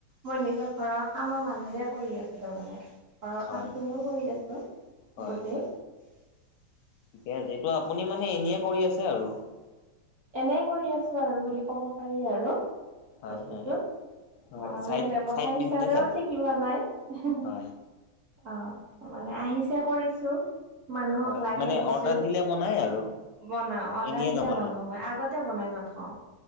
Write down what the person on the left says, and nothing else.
হয়,
হয়,
হয়, ঠিকে আছে এইটো আপুনি মানে এনেয়ে কৰি আছে আৰু।
হয়
হয় হয়,
চাইড
চাইড বিজনেচ
আৰু
হয়।
হয়,
মানে
অৰ্ডাৰ দিলে বনাই আৰু
এনেয়ে
নবনাই।